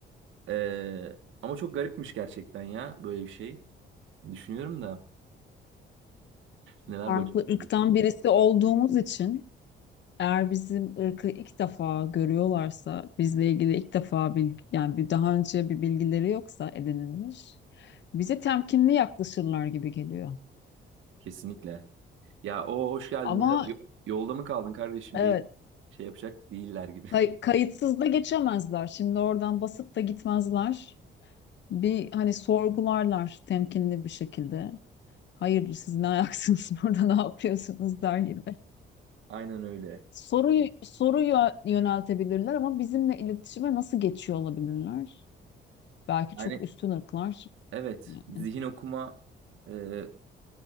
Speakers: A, on the right (about 75°); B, on the left (about 65°).
A: Ee, ama çok garipmiş gerçekten ya böyle bir şey. Düşünüyorum da neler
B: Farklı
A: başına
B: ırktan
A: gelebilir.
B: birisi olduğumuz için eğer bizim ırkı ilk defa görüyorlarsa, bizle ilgili ilk defa bilgi, yani bir daha önce bir bilgileri yoksa edinilmiş, bize temkinli yaklaşırlar gibi geliyor.
A: Kesinlikle. Ya o hoş geldin
B: Ama
A: merhaba yo- yolda mı kaldın kardeşim
B: evet,
A: deyip şey yapacak değiller gibi.
B: kay- kayıtsız da geçemezler. Şimdi oradan basıp da gitmezler. Bir hani sorgularlar temkinli bir şekilde. hayırdır siz ne ayaksınız <laughs> orada ne yapıyorsunuz der gibi.
A: <laughs> Aynen öyle.
B: Soruyu, soruyu yöneltebilirler ama bizimle iletişime nasıl geçiyor olabilirler? Belki
A: Yani
B: çok üstün ırklar.
A: evet
B: Yani,
A: zihin okuma e,